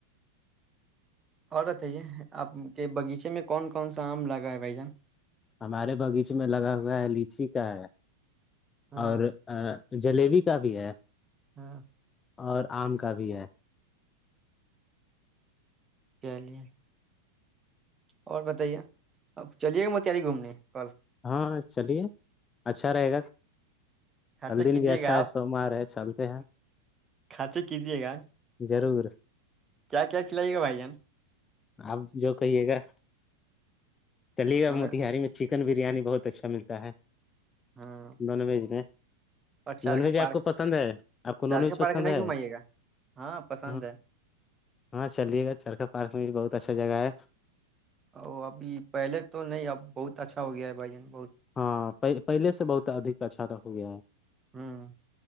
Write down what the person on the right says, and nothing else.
اور بتائیے آپ کے باغیچے میں کون کون سا آم لگا ہے بھائی جان
ہاں
ہاں
چلیے اور بتائیے اب چلیے گا موتاری گھومنے کل
خرچہ
کیجیے
گا آپ
خرچہ کیجیے گا
کیا کیا کھلائیے گا بھائی جان
ہمیں
ہاں
اور چارخا
پارک
چارخا
پارک
نہیں
گھمائیے گا ہاں پسند
ہے
ا ابھی پہلے تو نہیں اب بہت اچھا ہو گیا ہے بھائی جان بہت
ہوں